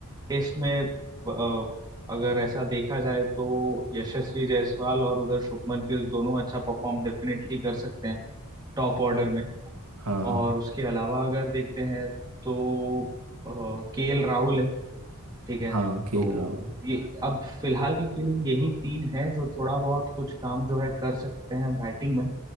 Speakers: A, on the right (about 20°); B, on the right (about 85°).
A: टेस्ट में अ, अगर ऐसा देखा जाए तो यशस्वी जायसवाल और उधर शुभमन गिल दोनों अच्छा परफॉर्म डेफिनेटली कर सकते हैं टॉप ऑर्डर में
B: हाँ हाँ
A: और उसके अलावा अगर देखते हैं तो के एल राहुल है ठीक है
B: हाँ खेल
A: तो
B: राहुल
A: ये अब फिलहाल के लिए यही तीन है जो थोड़ा बहुत कुछ काम जो है कर सकते हैं बैटिंग में